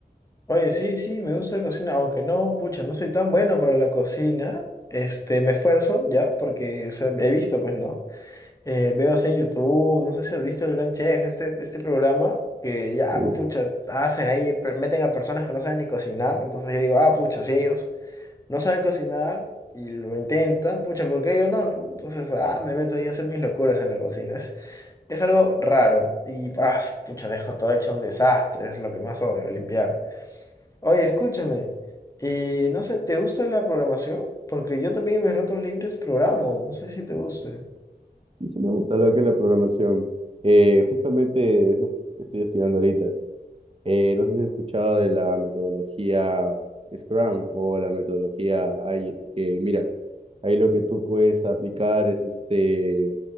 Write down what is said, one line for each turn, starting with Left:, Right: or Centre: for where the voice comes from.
Left: Oye, sí, sí, me gusta la cocina, aunque no, pucha, no soy tan bueno para la cocina. Este, me esfuerzo ya, porque o sea, he visto, pues, ¿no? Eh, veo así en YouTube, no sé si has visto el Gran Chef, este, este programa que ya,
Right: Eh,
Left: pues, pucha, hacen ahí, pe- meten a personas que no saben ni cocinar, entonces yo digo, ah, pucha, si ellos no saben cocinar y lo intentan, pucha, ¿por qué yo no, no? Entonces, ah, me meto ahí a hacer mis locuras en la cocina. Es, es algo raro y, ah, pucha, dejo todo hecho un desastre, es lo que más odio, limpiar. Oye, escúchame, y no sé, ¿te gusta la programación? Porque yo también en mis ratos libres programo, no sé si te guste.
Right: sí, sí me gusta lo que es la programación. Eh, justamente eso estoy estudiando ahorita. Eh, no sé si has escuchado de la metodología Scrum o la metodología Agile, que mira, ahí lo que tú puedes aplicar es este,